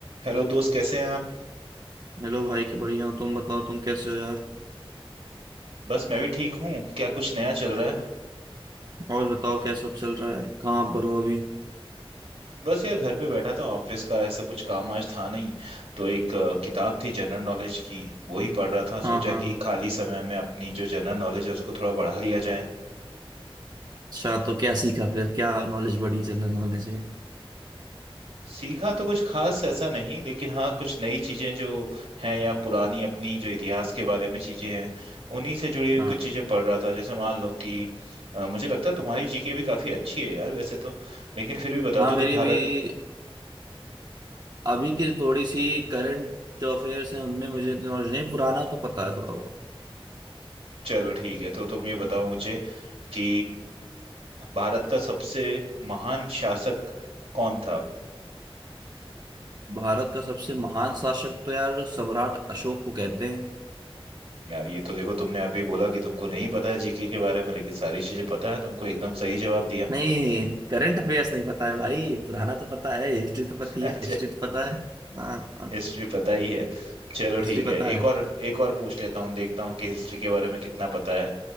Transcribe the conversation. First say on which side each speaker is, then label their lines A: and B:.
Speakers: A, on the right; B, on the right.
A: Hello दोस्त कैसे हैं आप
B: Hello भाई के बढ़िया हो तुम बताओ तुम कैसे हो यार
A: बस मैं भी ठीक हूँ क्या कुछ नया चल रहा है
B: और बताओ क्या सब चल रहा है कहाँ पर हो अभी
A: बस यार घर पे बैठा था ऑफिस का ऐसा कुछ काम आज था नहीं तो एक अ, किताब थी जनरल नॉलेज की वही पढ़ रहा था
B: हाँ
A: सोचा
B: हाँ
A: कि खाली समय में अपनी जो जनरल नॉलेज है उसको थोड़ा बढ़ा लिया जाए
B: अच्छा तो क्या सीखा फिर क्या नॉलेज बढ़ी जनरल नॉलेज में
A: सीखा तो कुछ खास ऐसा नहीं लेकिन हाँ कुछ नई चीजें जो हैं या पुरानी अपनी जो इतिहास के बारे में चीजें हैं उन्हीं से जुड़ी हुई
B: हाँ
A: कुछ चीजें पढ़ रहा था जैसे मान लो कि अ, मुझे लगता है तुम्हारी जीके भी काफी अच्छी है यार वैसे तो लेकिन फिर भी बता
B: हाँ
A: दो
B: मेरी
A: कि भारत
B: अभी अभी की थोड़ी सी करंट जो अफेयर्स हैं उनमें मुझे नॉलेज नहीं पुराना तो पता है थोड़ा बहुत
A: चलो ठीक है तो तुम ये बताओ मुझे कि भारत का सबसे महान शासक कौन था
B: भारत का सबसे महान शासक तो यार सम्राट अशोक को कहते हैं
A: यार ये तो देखो तुमने अभी बोला कि तुमको नहीं पता है जीके के बारे में लेकिन सारी चीजें पता है तुमको एकदम सही जवाब दिया
B: नहीं करंट अफेयर्स नहीं पता है भाई पुराना तो पता है हिस्ट्री तो पता
A: <laughs>
B: ही
A: अच्छा
B: है हिस्ट्री तो पता है हाँ
A: हिस्ट्री पता ही है चलो
B: हिस्ट्री
A: ठीक है
B: पता
A: एक
B: है
A: और एक और पूछ लेता हूँ देखता हूँ कि हिस्ट्री के बारे में कितना पता है